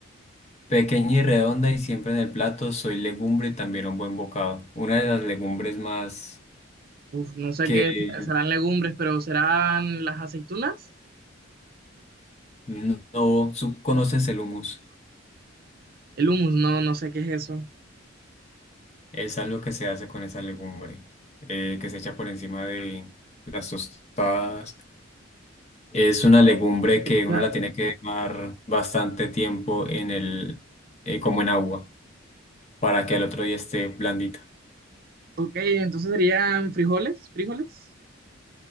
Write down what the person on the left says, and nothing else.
Pequeña y redonda y siempre en el plato. Soy legumbre y también un buen bocado. Una de las legumbres más
que
no, no- su- conoces el humus.
Es algo que se hace con esa legumbre, eh, que se echa por encima de las tostadas. Es una legumbre que
uno la tiene que dejar bastante tiempo en el, eh, como en agua, para que al otro día esté blandita.